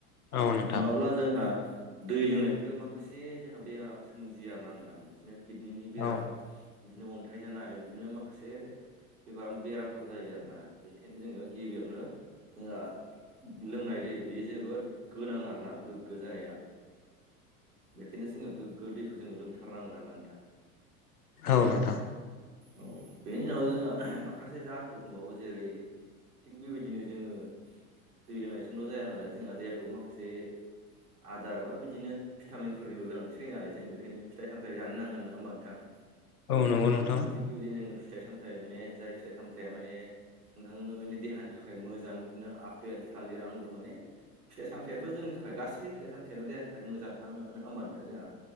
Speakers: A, on the left (about 75°); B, on the right (about 80°).
A: औ नोंथां
B: नङाब्ला जोंहा दै लोंनायनिफ्रायबो माखासे जोंहा बेमाराम सोमजियो आरोना नोंथां बिदि किडनिनि बेराम
A: औ
B: बिदिनो अन्थाइ जानाय बिदिनो माखासे बेबाराम बेरामफोर जायो आरोना बेनिखायनो जोङो गिबियावनो जोंहा लोंनाय दै बे जोबोद गोनां आरोना गोग्गो जानाया। बेखायनो जोङो गोग्गो दैखौ जोङो लोंथारनांगोन आरो नान
A: औ नोंथा।
B: औ बेनि उनाव जोंहा माखासे जाहोनफोर दंबावो जेरै थिग बिबायदिनो जोङो दै लोंनायजोंल' जाया नालाय जोंहा दैहाखौ माखासे आदार बा बिदिनो भिटामिनफोरनिबो गोनांथि जायो नालाय जों बे खायनो फिथाइ सामथाइ जानो नांगोन नोङा होमबा नोंथां?
A: औ नंगौ नोंथां।
B: थिग बेबायदिनो जोङो फिथाइ सामथाइ माने जाय फिथाइ सामथाइया माने नोंथांनो बेनो देहानि थाखाय मोजां बिदिनो आपेल थालिर आंगुर माने फिथाइ सामथाइयाथ' जोंनि थाखाय गासै फिथाइ सामथाइयानो देहानि थाखाय मोजां <unintelligible> होमबा नोंथां जोंहा?